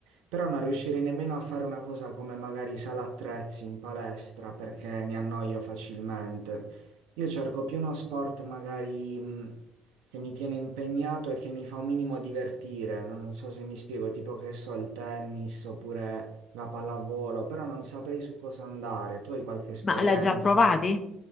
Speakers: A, on the right; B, on the left.
A: però non riuscirei nemmeno a fare una cosa come magari sala attrezzi in palestra perché mi annoio facilmente. Io cerco più uno sport magari, mm, che mi tiene impegnato e che mi fa un minimo divertire. Non so se mi spiego, tipo che so, il tennis oppure la pallavolo, però non saprei su cosa andare. Tu hai qualche esperienza?
B: Ma l'hai già provati?